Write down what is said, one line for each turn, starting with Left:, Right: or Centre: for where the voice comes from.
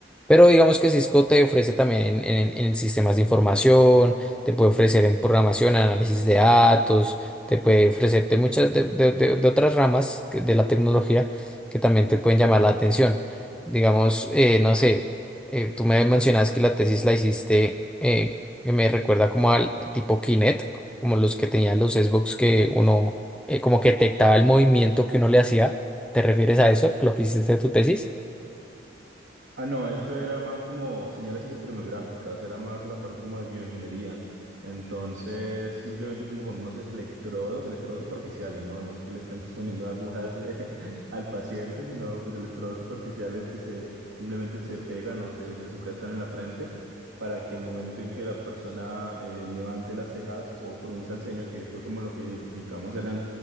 Centre: pero digamos que Cisco te ofrece también en, en- en sistemas de información, te puede ofrecer en programación, análisis de datos, te puede ofrecerte muchas de, de- de- de otras ramas que- de la tecnología que también te pueden llamar la atención. Digamos, eh, no sé, eh, tú me mencionas que la tesis la hiciste, eh, que me recuerda como al tipo Kinect, como los que tenían los Xbox que uno eh, como que detectaba el movimiento que uno le hacía. ¿Te refieres a eso, lo que hiciste de tu tesis?
Right: Ah, no, esto era más como señales electromiográficas, era más la parte como de bioingeniería. Entonces, simplemente como con unos electrodos, electrodos superficiales, ¿no? No es que le estemos <laughs> poniendo agujas eh, <laughs> al paciente, sino pues electrodos superficiales que se simplemente se pegan o se, se sujetan en la frente para que el momento en que la persona eh, levante las cejas o frunza el ceño, que fue como lo que identificamos, eran